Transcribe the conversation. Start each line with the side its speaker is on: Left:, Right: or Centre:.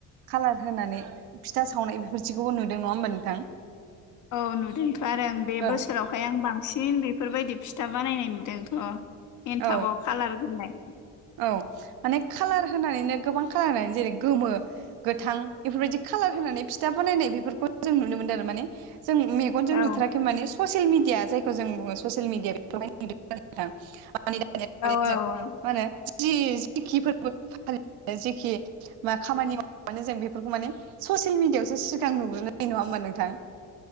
Right: कालार होनानै फिथा सावनाय बेफोरदिखौबो नुदों नङा होमबा नोंथां
Left: औ नुदोंथ' आरो आं बे
Right: औ
Left: बोसोराव आमफ्राय आं बांसिन बेफोरबायदि फिथा बानायनाय नुदोंथ' एन्थाबाव
Right: औ
Left: खालार गलाय
Right: औ माने खालार होनानैनो गोबां कालार होनानै जेरै गोमो गोथां बेफोरबायदि खालार होनानै फिथा बानायनाय बेफोरखौ जों नुनो मोनदों आरो माने जों मे गनजों
Left: औ
Right: नुथाराखै माने ससियेल मिदिया जायखौ जों बुडो ससियेल मिदिया <unintelligible> <unintelligible> जों
Left: औ औ
Right: मा होनो जि जेखि फोरबो फालि जेखि मा खामानि मा जों बेफोरखौ माने ससियेल मिडियायावसो सिगां नुग्रोनाय नङा होमबा नोंथां
Left: ज